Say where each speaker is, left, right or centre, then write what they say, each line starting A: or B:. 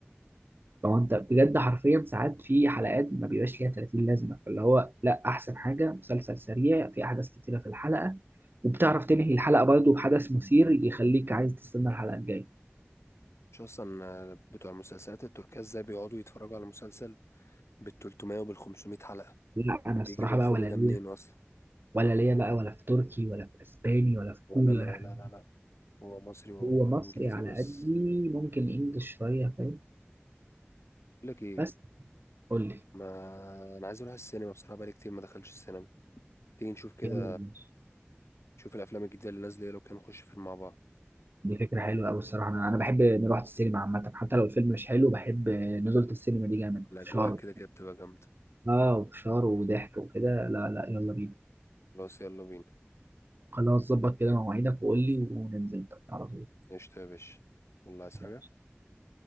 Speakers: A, on the right; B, on the left.
A: لو انت بجد حرفيا ساعات في حلقات ما بيبقاش ليها 30 لازمه فاللي هو لا احسن حاجه مسلسل سريع في احداث كتيره في الحلقه وبتعرف تنهي الحلقه برضه بحدث مثير يخليك عايز تستنى الحلقه الجايه
B: مش اصلا آه، بتوع المسلسلات التركية ازاي بيقعدوا يتفرجوا على مسلسل بال 300 وبال 500 حلقة
A: لا انا الصراحه
B: بيجيبوا الخل
A: بقى ولا
B: ده
A: ليا
B: منين اصلا
A: ولا ليا بقى ولا في تركي ولا في اسباني ولا في
B: ولا
A: كوري
B: انا
A: ولا
B: لا
A: حاجه
B: لا لا هو مصري وهو
A: هو مصري
B: انجليزي
A: على
B: بس
A: قدي ممكن انجلش شويه فاهم
B: بقول لك ايه
A: بس قول لي
B: ما انا عايز اروح السينما بصراحه بقالي كتير ما دخلتش السينما تيجي نشوف كده
A: يلا ماشي
B: نشوف الافلام الجديده اللي نازله إيه، لو كان نخش فيلم مع بعض
A: دي فكره حلوه قوي الصراحه انا انا بحب نروح السينما عامه حتى لو الفيلم مش حلو بحب نزولة السينما دي جامد
B: الاجواء
A: في شهر
B: كده كده بتبقى جامده
A: اه وفشار وضحك وكده لا لا يلا بينا
B: خلاص يلا بينا
A: خلاص ظبط كده مواعيدك وقول لي وننزل على طول
B: قشطة يا باشا يلا عايز حاجه
A: ماشي